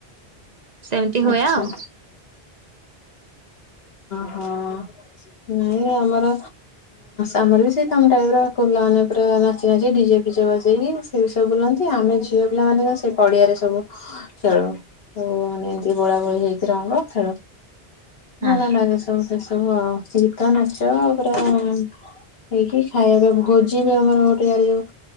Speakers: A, on the right; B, on the left.
A: ସେମିତି
B: ଆଚ୍ଛା
A: ହୁଏ ଆଉ।
B: ହଁ ନାଇଁ ଆମର ଆମର ବି ସେଇ ତମ ଟାଇପ ର ପୁଅ ପିଲାମାନେ ପୁରା ନାଚି ନାଚି ଡିଜେ ଫିଜେ ବାଜି ସେ ବି ସବୁ ବୁଲନ୍ତି ଆମେ ଝିଅ ପିଲାମାନେ ସେ ପଡିଆରେ ସବୁ ଖେଳୁ, ଆଉ ମାନେ ଏମିତି ବୋଳା ବୋଳି ହେଇକି ରଙ୍ଗ ଖେଳୁ।
A: ହଁ
B: ଭଲ ଲାଗେ ସବୁ ବେଶୀ। ତ ଗୀତ, ନାଚ ପୁରା ହେଇକି ଖାଇବା ପାଇଁ ଭୋଜି ବି ଆମର ଗୋଟେ ଯାର ଯୋଉ।